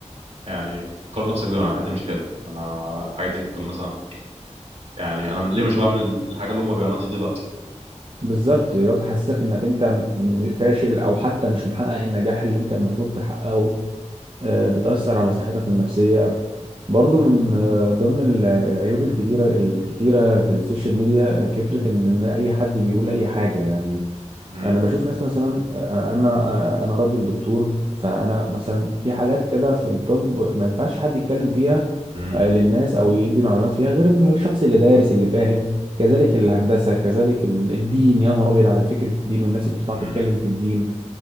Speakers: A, on the right; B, on the right.
A: يعني قارن نفسك بيهم انا حياتي مش كده انا الحاجه دي ممكن مثلا يعني انا ليه مش بعمل الحاجه اللي هم بيعملوها دي دلوقتي
B: بالظبط لو بتحسسك انك انت م- فاشل او حتى مش محقق النجاح اللي انت المفروض تحققه آه، بتأثر على صحتك النفسية برضو من آه، ضمن ال- العيوب الكتيرة الكتيرة في السوشيال ميديا آه، فكرة ان إن اي حد بيقول اي حاجة يعني
A: مم.
B: انا بشوف ناس مثلا انا انا راجل دكتور فانا مثلا في حاجات كده في الطب ما ينفعش حد يتكلم فيها
A: مم.
B: آه، للناس او يدي معلومات فيها غير إن الشخص اللي دارس اللي فاهم كذلك الهندسه كذلك ال- الدين يا نهار ابيض على فكره الدين والناس اللي بتطلع
A: مم.
B: تتكلم في الدين